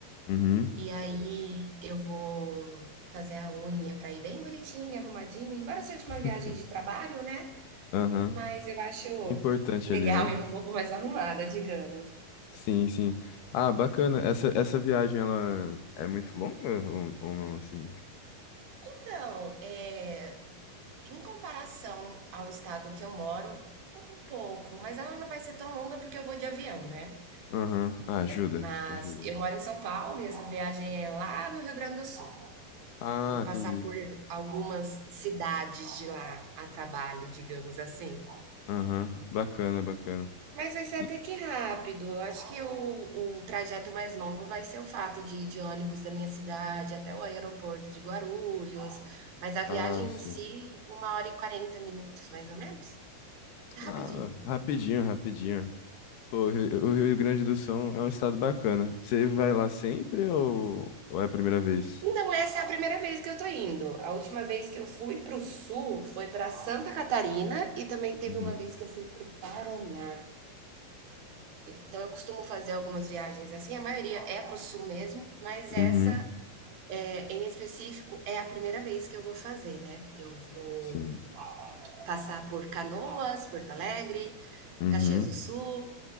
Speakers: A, on the left; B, on the right.
A: Uhum.
B: e aí eu vou fazer a unha para ir bem bonitinha, arrumadinha, embora seja uma
A: <laughs>
B: viagem de trabalho, né?
A: Aham.
B: Mas eu acho
A: É Importante
B: legal
A: ali, né?
B: e um pouco mais arrumada, digamos.
A: Sim, sim. Ah, bacana. Essa, essa viagem, ela é muito longa ou, ou não, assim?
B: Então, é, em comparação ao estado que eu moro, um pouco, mas ela não vai ser tão longa porque eu vou de avião, né?
A: Aham. Ah, ajuda,
B: Mas
A: ajuda.
B: eu moro em São Paulo e essa viagem é lá no Rio Grande do Sul.
A: Ah,
B: Eu vou passar
A: entendi.
B: por algumas cidades de lá a trabalho, digamos assim.
A: Aham. Bacana, bacana.
B: Mas vai ser até
A: E-
B: que rápido. Eu Acho que o, o trajeto mais longo vai ser o fato de ir de ônibus da minha cidade até o aeroporto de Guarulhos. Mas a viagem
A: Ah, sim.
B: em si, uma hora e quarenta minutos, mais ou menos. É rapidinho.
A: Ah, rapidinho, rapidinho. Pô, o Rio o Rio Grande do Sul é um estado bacana. Você vai lá sempre ou, ou é a primeira vez?
B: E não essa é a primeira vez que eu tô indo. A última vez que eu fui para o sul foi para Santa Catarina e também teve
A: Uhum.
B: uma vez que eu fui para o Paraná. Então eu costumo fazer algumas viagens assim, a maioria é para o sul mesmo, mas essa
A: Uhum.
B: é, em específico é a primeira vez que eu vou fazer, né? Eu vou
A: Sim.
B: passar por Canoas, Porto Alegre,
A: Uhum.
B: Caxias do Sul.